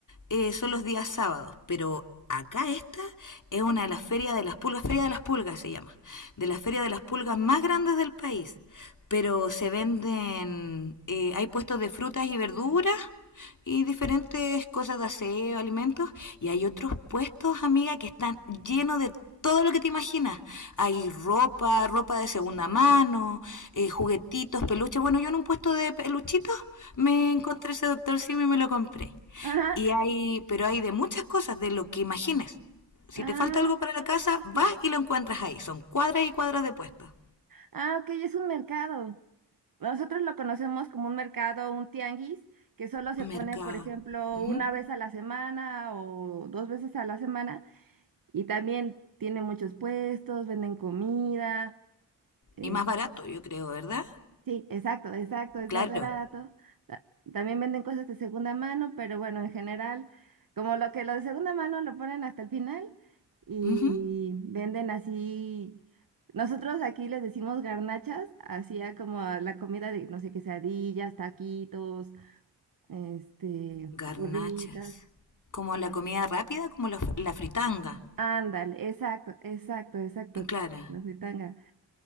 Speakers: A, on the left; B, on the right.
A: eh, son los días sábados, pero acá esta es una de las ferias de las pulgas, Feria de las Pulgas se llama, de las ferias de las pulgas más grandes del país. Pero se venden, eh, hay puestos de frutas y verduras y diferentes cosas de aseo, alimentos, y hay otros puestos, amiga, que están llenos de todo lo que te imaginas. Hay ropa, ropa de segunda mano, eh, juguetitos, peluches. Bueno, yo en un puesto de peluchitos me encontré ese doctor Simi y me lo compré.
B: Ajá.
A: Y hay, pero hay de muchas cosas, de lo que imagines. Si
B: Ah,
A: te falta algo para la casa,
B: sí, sí,
A: vas
B: sí.
A: y lo encuentras ahí. Son cuadras y cuadras de puestos.
B: Ah, ok, es un mercado. Nosotros lo conocemos como un mercado, un tianguis, que solo se
A: Mercado.
B: pone, por ejemplo,
A: Ujú.
B: una vez a la semana o dos veces a la semana. Y también tiene muchos puestos, venden comida, eh,
A: Y más barato, yo creo, ¿verdad?
B: Sí, exacto, exacto, es
A: Claro.
B: más barato. Ta- También venden cosas de segunda mano, pero bueno, en general, como lo que lo de segunda mano lo ponen hasta el final y
A: Ujú.
B: venden así. Nosotros aquí les decimos garnachas, hacía como a la comida de, no sé, quesadillas, taquitos, este,
A: Garnachas.
B: gorditas.
A: Como la comida rápida, como la, la fritanga.
B: Ándale, exacto, exacto, exacto, como
A: Claro.
B: la fritanga.